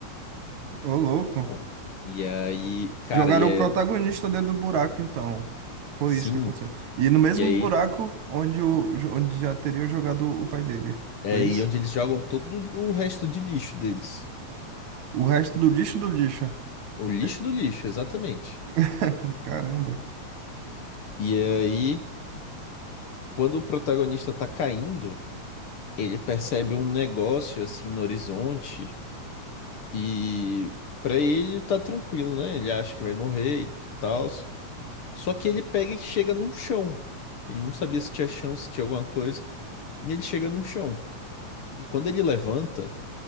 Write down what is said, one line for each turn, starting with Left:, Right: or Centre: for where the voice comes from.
Right: Ô, louco.
Left: Bom, E aí, cara,
Right: Jogaram
Left: e é
Right: o protagonista dentro do buraco, então. Foi
Left: sim,
Right: isso que aconteceu. E no mesmo
Left: e aí
Right: buraco onde, o, onde já teria jogado o pai dele.
Left: é
Right: Foi
Left: aí
Right: isso?
Left: onde eles jogam todo o resto de lixo deles.
Right: O resto do lixo do lixo.
Left: O lixo
Right: É,
Left: do lixo, exatamente.
Right: <laughs> Caramba.
Left: E aí, quando o protagonista tá caindo, ele percebe um negócio assim no horizonte e pra ele tá tranquilo, né? Ele acha que vai morrer e tal. Só que ele pega e chega num chão. Ele não sabia se tinha chão, se tinha alguma coisa, e ele chega num chão. E quando ele levanta,